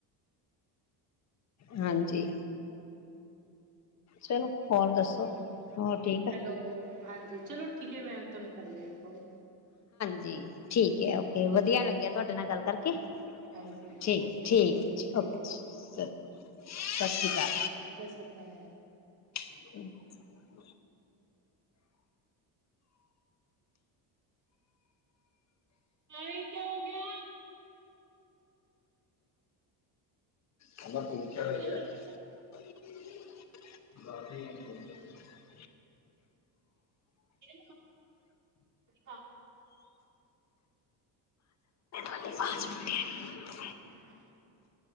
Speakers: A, on the left; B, on the right.
A: ਹਾਂਜੀ। ਚਲੋ ਹੋਰ ਦੱਸੋ। ਹੋਰ ਠੀਕ ਆ?
B: ਹੈਲੋ, ਹਾਂਜੀ ਚਲੋ ਠੀਕ ਹੈ। ਮੈਂ ਤੁਹਾਨੂੰ ਕਰਨੀ ਹਾਂ ਕਾਲ।
A: ਜੀ। ਠੀਕ ਹੈ, ਔ ਕੇ, ਵਧੀਆ ਲੱਗਿਆ ਤੁਹਾਡੇ ਨਾਲ ਗੱਲ ਕਰਕੇ,
B: ਹਾਂਜੀ
A: ਠੀਕ,
B: ਸਭ
A: ਠੀਕ ਜੀ
B: ਠੀਕ
A: ਔ ਕੇ।
B: ਹੈ
A: ਸਤਿ
B: ਜੀ
A: ਸ਼੍ਰੀ ਅਕਾਲ
B: ਸਤਿ ਸ੍ਰੀ ਅਕਾਲ
A: <unintelligible>
B: ਹਾਏ ਕਿਆ ਹੋ ਗਿਆ।
A: <unintelligible>
B: ਗਿਆ
A: <inaudible>
B: ਕਿ ਹਾਂ
A: ਆਟੀ ਪਾਂਚ ਮਿੰਟ
B: <unintelligible>